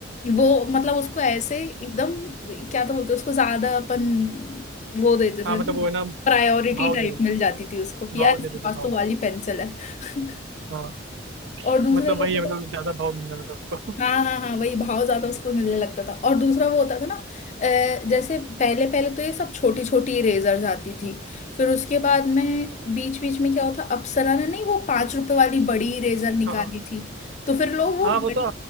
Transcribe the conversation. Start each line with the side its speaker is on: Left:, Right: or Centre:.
Left: वो मतलब उसको ऐसे एकदम क्या तो बोलते हैं, उसको ज्यादा अपन वो देते थे
Right: हाँ मतलब
Left: ना
Right: वो है ना
Left: प्रायोरिटी
Right: भाव
Left: टाइप
Right: दे देते
Left: मिल
Right: थे
Left: जाती थी उसको कि
Right: भाव
Left: यार इसके
Right: दे देते
Left: पास
Right: थे भाव
Left: तो वाली पेंसिल है <laughs>
Right: हाँ
Left: और दूसरा
Right: मतलब
Left: ये
Right: वही
Left: होता
Right: है मतलब
Left: था
Right: ज्यादा भाव मिल जाता था उसको
Left: हाँ हाँ हाँ वही भाव ज्यादा उसको मिलने लगता था और दूसरा वो होता था ना अ, जैसे पहले पहले तो ये सब छोटी छोटी इरेजर्स आती थी फिर उसके बाद में बीच बीच में क्या होता अप्सरा ने नहीं वो पांच रुपए वाली बड़ी इरेजर निकाली
Right: <laughs> हाँ हाँ
Left: थी तो फिर लोग वो
Right: हाँ, वो
Left: बड़ी
Right: तो